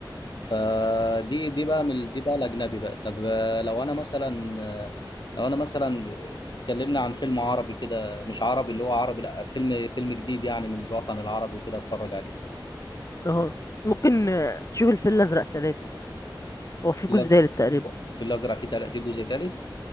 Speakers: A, on the left; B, on the left.
A: فدي دي بقى من دي بقى الأجنبي بقى طب آه، لو أنا مثلا آه، لو أنا مثلا آه، اتكلمنا عن فيلم عربي كده مش عربي اللي هو عربي لا فيلم فيلم جديد يعني من الوطن العربي وكده اتفرج عليه
B: اه ممكن آه، تشوف الفيل الازرق تلاتة هو في
A: في
B: جزء
A: الأز-
B: تالت تقريبا
A: في الأزرق في تل- في جزء تالت